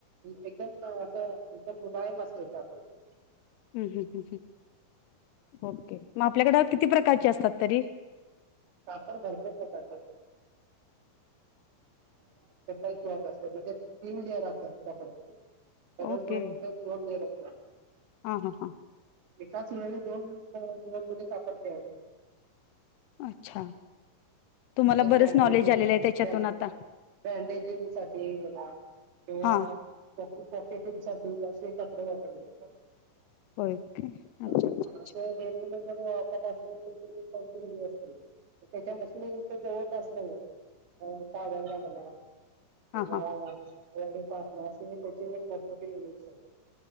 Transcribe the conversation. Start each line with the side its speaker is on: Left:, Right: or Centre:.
Right: एकदम असं, एकदम मुलायम असत <unintelligible>
Left: हम्म हम्म हम्म हम्म ओके. मग आपल्याकड किती प्रकारची असतात तरी?
Right: कापड भरतात <unintelligible> <unintelligible> म्हणजे तीन लेअर असतात कपडाचे. डबल
Left: ओके
Right: क्लॉक मध्ये दोन लेअर असतात.
Left: हां हां हां
Right: एकाच वेळी दोन <unintelligible> कापड तयार होत.
Left: अच्छा. तुम्हाला
Right: एक
Left: बरंच
Right: बँडेजि
Left: नॉलेज आलेलं आहे त्याच्यातून
Right: बॅन्डेज
Left: आता
Right: बँडेजिंग साठी म्हणा. किंवा
Left: हां
Right: पॉकेटिंगसाठी असे कपडे वापरले जातात,
Left: होय ओके
Right: <unintelligible>
Left: अच्छा अच्छा अच्छा
Right: असे डेली वगैरे वापरणार असल <unintelligible> अस त्याच्या मशनि इथ जवळपास नईहाइत. अ - कागल ला म्हणा <unintelligible>
Left: हां
Right: असे
Left: हां
Right: त्याचे मोठ मोठे युनिटस आहेत.